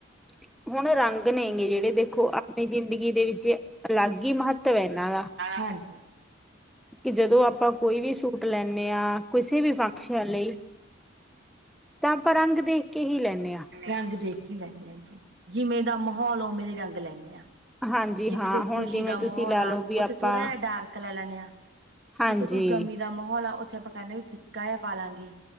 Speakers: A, in the centre; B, on the right (about 60°).
A: ਹ <inaudible> ਹੁਣ ਰੰਗ ਨੇ ਗ ਜਿਹੜੇ ਦੇਖੋ ਆਪਣੀ ਜ਼ਿੰਦਗੀ ਦੇ ਵਿੱਚ ਅਲੱਗ ਹੀ ਮਹੱਤਵ ਹੈ ਇਹਨਾਂ ਦਾ
B: ਹਾਂਜੀ
A: ਕਿ ਜਦੋਂ ਆਪਾਂ ਕੋਈ ਵੀ ਸੂਟ ਲੇਨੇ ਹਾਂ ਕਿਸੇ ਵੀ ਫੰਕਸ਼ਨ ਲਈ ਤਾਂ ਆਪਾਂ ਰੰਗ ਦੇਖ ਕੇ ਹੀ ਲੈਂਦੇ ਹਾਂ
B: ਰੰਗ ਦੇਖ ਹੀ ਲੇਨੇ ਹਾਂ ਜੀ ਜਿਵੇਂ ਦਾ ਮਾਹੌਲ ਉਵੇਂ ਦੇ ਰੰਗ ਲੈਂਦੇ ਹਾਂ।
A: ਹਾਂਜੀ
B: ਜੇ
A: ਹਾਂ
B: ਕਿਸੇ
A: ਹੁਣ
B: ਖੁਸ਼ੀ
A: ਜਿਵੇਂ
B: ਦਾ
A: ਤੁਸੀਂ
B: ਮਾਹੌਲ
A: ਲਾ
B: ਆ
A: ਲਓ ਵੀ
B: ਉੱਥੇ
A: ਆਪਾਂ
B: ਥੋੜਾ ਜਿਹਾ ਡਾਰਕ ਲੈ ਲੈਣੇ ਆ
A: ਹਾਂਜੀ
B: ਜਿੱਥੇ ਕੋਈ ਗਮੀ ਦਾ ਮਾਹੌਲ ਆ ਉੱਥੇ ਆਪਾਂ ਕਹਿੰਦੇ ਵੀ ਫਿੱਕਾ ਜ ਪਾ ਲਾਂਗੇ